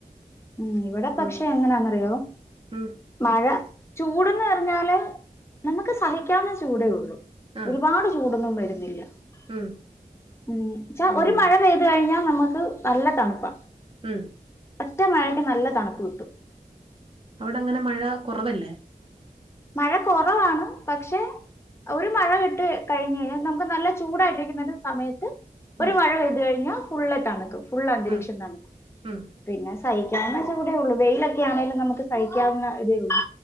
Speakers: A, on the left; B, on the right.
A: ഉം, ഇവിടെ പക്ഷെ
B: ഉം
A: എങ്ങനാന്നറിയോ?
B: ഉം
A: മഴ ചൂട്ന്ന് പറഞ്ഞാല് നമുക്ക് സഹിക്കാവുന്ന ചൂടേ ഒള്ളൂ.
B: ആ
A: ഒരുപാട് ചൂടൊന്നും വരുന്നില്ല.
B: ഉം
A: ഉം <unintelligible>
B: ഉം
A: ഒരു മഴ പെയ് ത് കഴിഞ്ഞാൽ നമുക്ക് നല്ല തണുപ്പാ.
B: ഉം
A: ഒറ്റ മഴയ്ക്ക് നല്ല തണുപ്പ് കിട്ടും.
B: അവിടെ അങ്ങനെ മഴ കുറവല്ലേ?
A: മഴ കുറവാണ് പക്ഷെ ഒരു മഴ ഇട്ട് കഴിഞ്ഞ് ഏഹ്, നമുക്ക് നല്ല ചൂടായിട്ടിരിക്കുന്ന ഒരു സമയത്ത് ഒരു
B: ഉം
A: മഴ പെയ്തു കഴിഞ്ഞാൽ ഫുള്ള് തണുക്കും, ഫുള്ള് അന്തരീക്ഷം
B: ഉം
A: തണുക്കും.
B: ഉം
A: പിന്നെ സഹിക്കാവുന്നച്ചൂടെ ഒള്ളൂ വെയിലൊക്കെ ആണേലും നമുക്ക് സഹിക്കാവുന്ന ഇതേ ഒള്ളൂ.